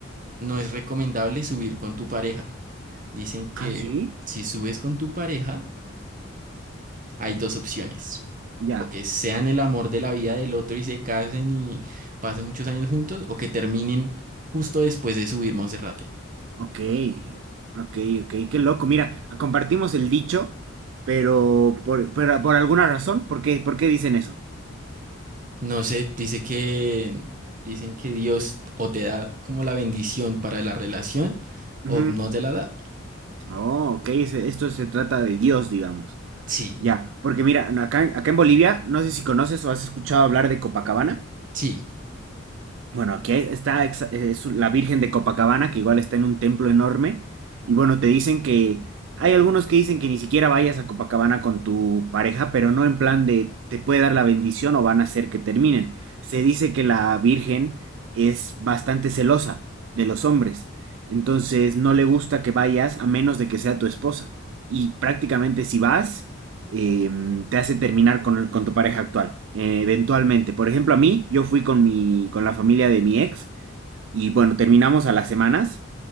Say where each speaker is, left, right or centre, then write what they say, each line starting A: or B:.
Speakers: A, on the right; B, on the right.
A: no es recomendable subir con tu pareja. Dicen que
B: Ah, sí.
A: si subes con tu pareja, hay dos opciones.
B: Ya.
A: O que sean el amor de la vida del otro y se casen y pasen muchos años juntos, o que terminen justo después de subir Monserrate.
B: Ok. Ok, ok. Qué loco. Mira, compartimos el dicho, pero por, pero por alguna razón, ¿por qué, por qué dicen eso?
A: No sé, dice que dicen que Dios o te da como la bendición para la relación o
B: Ujú.
A: no te la da.
B: Oh, ok. ese- Esto se trata de Dios, digamos.
A: Sí,
B: Ya. Porque mira, acá, acá en Bolivia, no sé si conoces o has escuchado hablar de Copacabana.
A: sí.
B: Bueno, aquí hay- está exa- es la Virgen de Copacabana, que igual está en un templo enorme. Y bueno, te dicen que hay algunos que dicen que ni siquiera vayas a Copacabana con tu pareja, pero no en plan de te puede dar la bendición o van a hacer que terminen. Se dice que la Virgen es bastante celosa de los hombres. Entonces no le gusta que vayas a menos de que sea tu esposa. Y prácticamente si vas, eh, te hace terminar con, el- con tu pareja actual, eh, eventualmente. Por ejemplo, a mí, yo fui con mi, con la familia de mi ex y bueno, terminamos a las semanas,